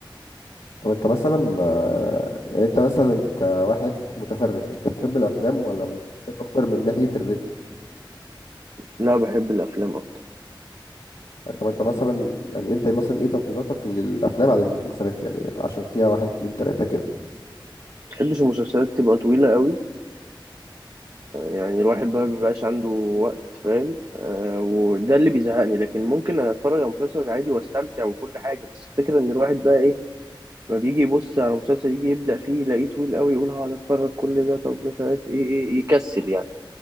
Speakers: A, on the left; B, on the right.
A: طب انت مثلا آه، يعني انت مثلا كواحد متفرج انت بتحب الافلام ولا المسلسلات اكتر من ناحيه الريت
B: لا بحب الافلام اكتر
A: طب انت مثلا يعني انت مثلا ايه تفضيلاتك للافلام عن المسلسلات يعني عشان فيها واحد اتنين تلاته كده
B: ما بحبش المسلسلات تبقى طويله قوي يعني الواحد بقى بيبقاش عنده وقت فاهم آه وده اللي بيزهقني لكن ممكن اتفرج على مسلسل عادي واستمتع وكل حاجه بس الفكره ان الواحد بقى ايه فبيجي يبص على مسلسل يجي يبدأ فيه يلاقيه طويل قوي يقول هقعد اتفرج كل ده طب مش عارف ايه ايه إيه، يكسل يعني